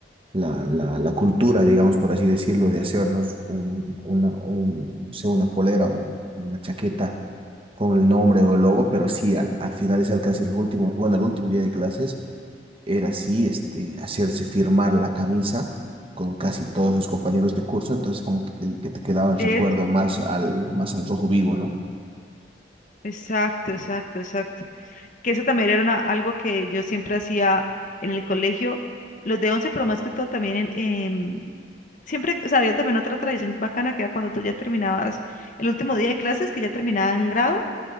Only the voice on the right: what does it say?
la, la, la cultura, digamos, por así decirlo, de hacernos un, una, un, no sé, una polera o una chaqueta con el nombre o el logo, pero sí, al, al finalizar casi el último, bueno, el último día de clases, era así, este, hacerse firmar la camisa con casi todos los compañeros de curso, entonces como que, que te quedaba el
recuerdo más al, más al rojo vivo, ¿no?